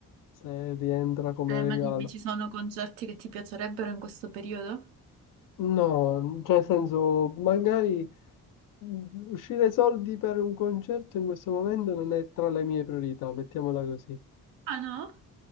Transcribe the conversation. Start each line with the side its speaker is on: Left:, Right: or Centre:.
Left: se rientra come
Right: Eh,
Left: regalo.
Right: ma dimmi, ci sono concerti che ti piacerebbero in questo periodo?
Left: No, cioè nel senso, magari mm, uscire soldi per un concerto in questo momento non è tra le mie priorità, mettiamola così.
Right: Ah no?